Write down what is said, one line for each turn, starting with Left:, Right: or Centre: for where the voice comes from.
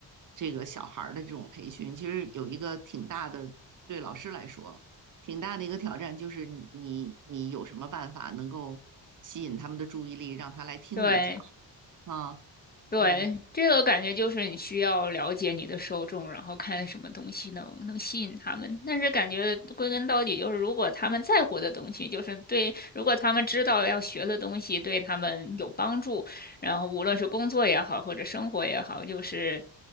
Right: 这个小孩儿的这种培训，其实有一个挺大的，对老师来说挺大的一个挑战，就是你你你有什么办法能够吸引他们的注意力，让他来听你讲
Left: 对。
Right: 啊？
Left: 对，
Right: 嗯
Left: 这个感觉就是你需要了解你的受众，然后看什么东西能能吸引他们。但是感觉归根到底就是，如果他们在乎的东西，就是对，如果他们知道要学的东西对他们有帮助，然后无论是工作也好，或者生活也好，就是